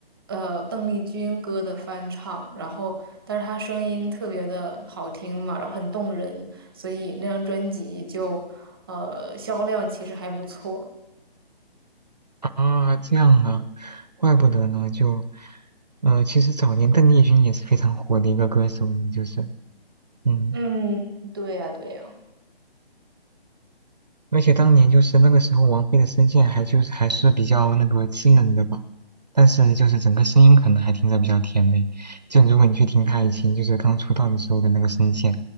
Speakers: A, in the centre; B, on the right.
A: 呃邓丽君歌的翻唱，然后但是他声音特别的好听嘛，然后很动人，所以那张专辑就呃销量其实还不错。
B: 啊，这样啊，怪不得呢，就，呃，其实早年邓丽君也是非常火的一个歌手呢就是，嗯。
A: 嗯，对呀，对呀。
B: 而且当年就是那个时候，王菲的声线还就是还是比较那个稚嫩的吧，但是就是整个声音可能还听着比较甜美。就如果你去听她以前就是刚出道的时候的那个声线，